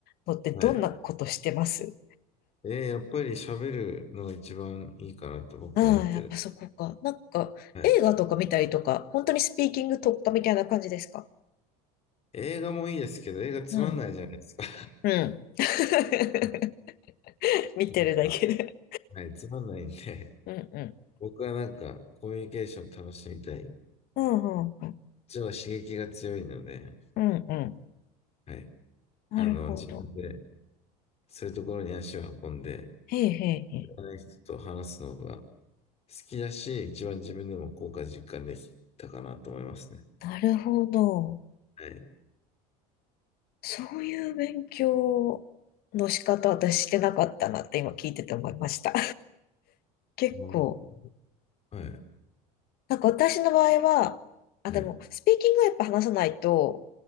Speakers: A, on the left (about 60°); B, on the left (about 35°).
A: のってどんなことしてます
B: はい。えーやっぱり喋るのが一番いいかなと僕は思ってる。
A: ああ、やっぱそこか。なんか映画とか見たりとか、
B: はい。
A: 本当にスピーキング突破みたいな感じですか
B: 映画もいいですけど、映画つまんないじゃないですか。
A: うんうん。<laughs>
B: <laughs>
A: 見てるだけで。
B: なんか、はい、つまんないんで、
A: うんうん
B: 僕はなんかコミュニケーション楽しみたい。
A: うん、うん、うん。
B: 一応刺激が強いので、
A: うんうん
B: はい、
A: なるほど。
B: あの、自分でそういうところに足を運んで、
A: へえへえへえ。
B: 知らない人と話すのが好きだし、一番自分でも効果実感できたかなと思いますね。
A: なるほど。
B: はい。
A: そういう勉強の仕方、私してなかったなって今聞いてて思いました。<laughs> 結構。
B: もう、はい、は
A: なんか私の場合は、あ、
B: い、
A: でも、スピーキングはやっぱ話さないと、